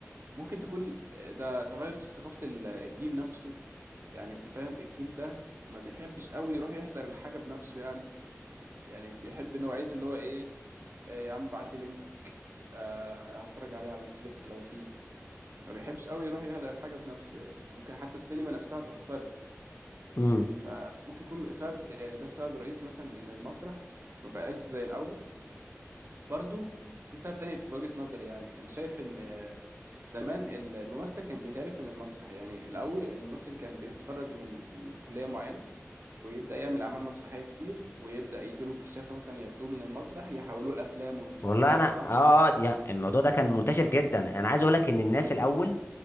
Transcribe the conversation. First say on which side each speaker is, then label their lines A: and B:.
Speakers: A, on the right; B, on the left.
A: ممكن تكون آه، ده تغير في ثقافة ال- الجيل نفسه يعني أنت فاهم الجيل ده ما بيحبش قوي يروح يحضر الحاجة بنفسه يعني يعني بيحب نوعية اللي هو إيه آه، يا عم ابعت لي لينك آه، هتفرج عليه على نتفليكس لو فيه ما بيحبش قوي يروح يحضر الحاجة بنفسه يعني ممكن حتى السينما نفسها اتأثرت
B: امم
A: فممكن يكون السبب يعني ده السبب الرئيسي مثلا ان المسرح ما بقاش زي الاول برضو في سبب تاني في وجهة نظري يعني انا شايف ان زمان ال- الممثل كان بيتعرف من المسرح يعني الاول الممثل كان بيتخرج من من كلية معينة ويبدأ يعمل اعمال مسرحية كتير ويبدأ يجي له كشافة مثلا ياخدوه من المسرح يحولوه الافلام والمسلسلات
B: والله انا
A: صح
B: اه آه، دي- الموضوع ده كان منتشر جدا انا عايز اقول لك ان الناس الاول